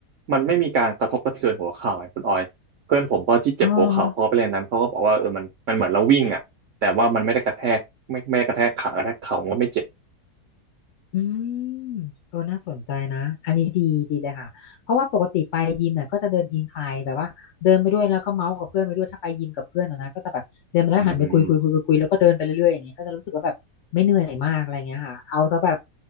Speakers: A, on the right (about 60°); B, on the left (about 65°).
A: มันไม่มีการกระทบกระเทือนหัวเข่าไงคุณออยเพื่อนผมก็ที่เจ็บหัวเข่าเขาก็ไปเล่นนั้นเขาก็บอกว่าเออมันมันเหมือนเราวิ่งอ่ะแต่ว่ามันไม่ได้กระแทกไม่ไม่ได้กระแทกขากระแทกเข่ามันไม่เจ็บ
B: อ๋อ อืมเออน่าสนใจนะอันนี้ดีดีเลยค่ะเพราะว่าปกติไปยิมเนี่ยก็จะเดินอินคลายแบบว่าเดินไปด้วยแล้วก็เมาส์กับเพื่อนไปด้วยถ้าไปยิมกับเพื่อนอะนะก็จะแบบเดินไปแล้วหันไปคุยคุยคุยคุยคุยแล้วก็เดินไปเรื่อยๆอย่างเงี้ยก็จะรู้สึกว่าแบบไม่เหนื่อยมากอะไรเงี้ยค่ะเอาซะแบบ
A: อืม